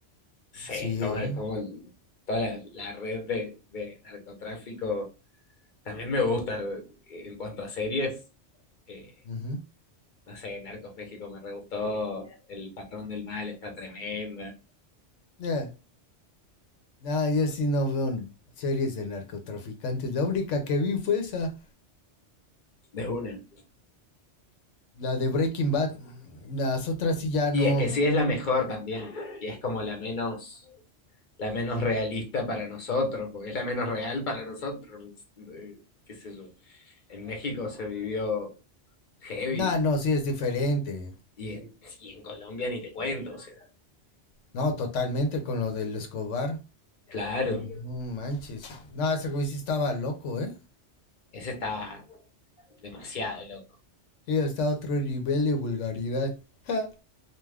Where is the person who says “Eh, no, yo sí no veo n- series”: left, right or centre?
Left